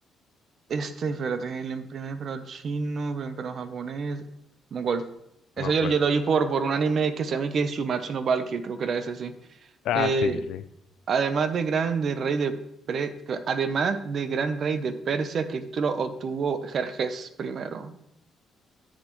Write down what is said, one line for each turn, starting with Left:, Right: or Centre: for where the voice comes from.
Right: este, espérate, el primer emperador chino, primer emperador japonés, mongol. Eso
Left: Mongol.
Right: yo, yo lo oí por, por un anime que se llama que es Shumatsu no Valkyrie, creo que era ese, sí.
Left: Ah,
Right: Eh,
Left: sí, sí, sí.
Right: Además de gran de rey de Pre- además de gran rey de Persia, ¿qué título obtuvo Jerjes primero?